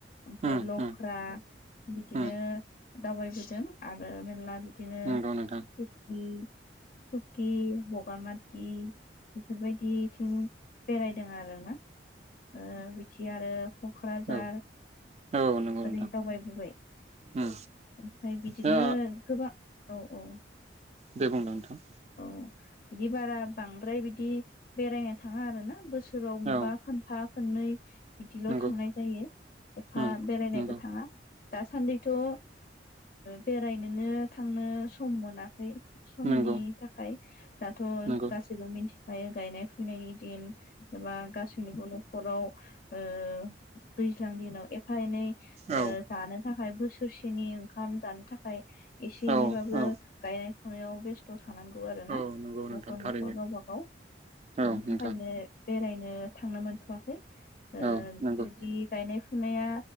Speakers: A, on the left; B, on the right.
A: ओमफाय
B: उम
A: लख्रा
B: उम
A: बिदिनो
B: उम
A: दावबायबोदों आरो मेरला बिदिनो
B: नंगौ नोंथां
A: <unintelligible> सुकि बगा माथि बेफोरबायदिथिं बेरायदों आरोना ओ बिदि आरो क'क्राझार
B: औ औ नंगौ नोंथां
A: ओरै दावबायबोबाय।
B: उम
A: ओमफ्राय बिदिनो
B: दा
A: गोबां औ औ।
B: बे बुंलां नोंथां।
A: औ बिदि बारा बांद्राय बिदि बेरायनो थाङा आरोना बोसोराव बबेबा
B: औ
A: खोनफा खनै बिदिल'
B: नंगौ
A: थांनाय जायो एफा
B: उम
A: बेरायनायबो
B: नंगौ
A: थाङा। दासान्दिथ' ओ बेरायनोनो थांनो सम मोनाखै। समनि
B: नंगौ
A: थाखाय दाथ'
B: नंगौ
A: गासैबो मिथि खायो गायनाय फुनायनि दिन एबा गासैनिबो न'खराव ओ दैज्लां दिनाव एफा एनै ओ
B: औ
A: जानो थाखाय बोस <unintelligible> ओंखाम जानो थाखाय एसे
B: औ
A: एनैबाबो
B: औ
A: गायनाय फुनायाव बेस। थानांगौ आरो
B: औ
A: ना
B: नंगौ नोंथां
A: न'खर
B: थारैनो
A: न'खर गावबा गाव बिनि
B: औ नोंथां
A: थाखायनो बेरायनो थांनो मोनथ'वाखै ओ
B: औ नंगौ
A: जुदि गायनाय फुं फुनाया